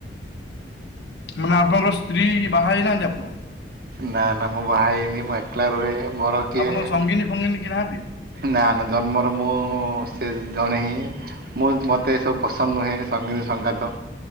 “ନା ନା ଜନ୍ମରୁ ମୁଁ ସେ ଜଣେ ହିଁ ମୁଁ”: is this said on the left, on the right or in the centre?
Right